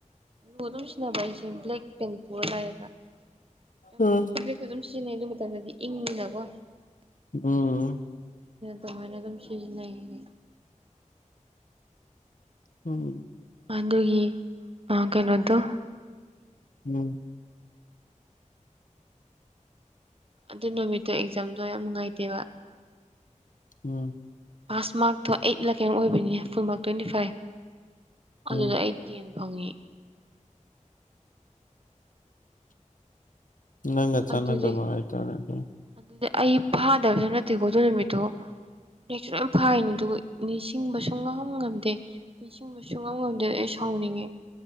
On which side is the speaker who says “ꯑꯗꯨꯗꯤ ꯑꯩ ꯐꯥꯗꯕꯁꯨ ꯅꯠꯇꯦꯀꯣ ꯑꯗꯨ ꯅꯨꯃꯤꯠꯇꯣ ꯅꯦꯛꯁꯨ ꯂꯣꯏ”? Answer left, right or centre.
Right